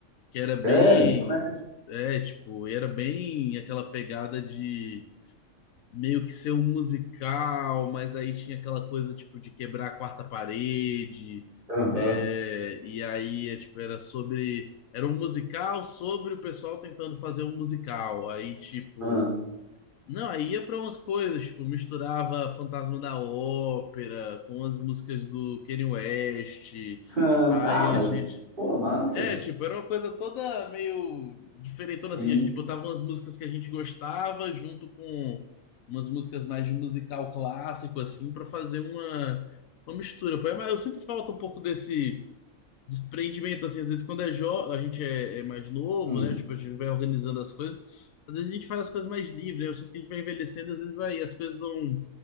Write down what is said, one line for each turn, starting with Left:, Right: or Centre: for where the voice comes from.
Left: que era bem,
Right: Era, isso mesmo.
Left: é, tipo, e era bem aquela pegada de meio que ser um musical, mas aí tinha aquela coisa tipo de quebrar a quarta parede.
Right: Aham.
Left: é, e aí, é, tipo, era sobre, era um musical sobre o pessoal tentando fazer um musical. Aí, tipo,
Right: aham. <laughs>
Left: não, aí ia pra umas coisas, tipo, misturava Fantasma da Ópera com as músicas do Kanye West.
Right: Ah,
Left: Aí a
Right: mas,
Left: gente.
Right: pô, massa.
Left: É, tipo, era uma coisa toda meio diferentona
Right: Sim.
Left: assim. A gente botava umas músicas que a gente gostava junto com umas músicas mais de musical clássico, assim, pra fazer uma, uma mistura. Pô, é, mas eu sinto falta um pouco desse. Desprendimento, assim, às vezes quando é jovem, a gente é, é mais novo,
Right: Hum.
Left: né? Tipo, a gente vai organizando as coisas. Às vezes a gente faz as coisas mais livre, né? Eu sinto que a gente vai envelhecendo, às vezes vai, as coisas vão